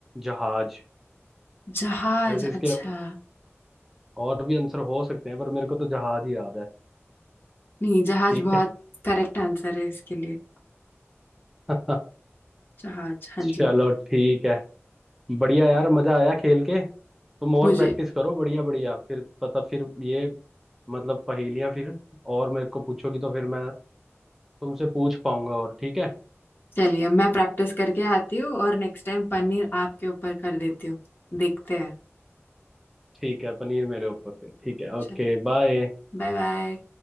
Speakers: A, in the centre; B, on the left.
A: जहाज
B: जहाज
A: वैसे इसके
B: अच्छा
A: और भी आंसर हो सकते हैं पर मेरे को तो जहाज ही याद है
B: नहीं जहाज
A: ठीक
B: बहुत
A: है
B: करेक्ट आंसर है इसके लिए
A: <laughs>
B: जहाज हाँ
A: चलो
B: जी
A: ठीक है बढ़िया यार मजा आया खेल के तुम और
B: मुझे
A: प्रैक्टिस करो बढ़िया बढ़िया फिर पता फिर ये मतलब पहेलियां फिर और मेरे को पूछोगी तो फिर मैं तुमसे पूछ पाऊंगा और ठीक है
B: चलिए मैं प्रैक्टिस करके आती हूँ और नेक्स्ट टाइम पनीर आपके ऊपर कर देती हूँ देखते हैं
A: ठीक है पनीर मेरे ऊपर फिर ठीक है
B: चलो
A: ओके बाय
B: Bye bye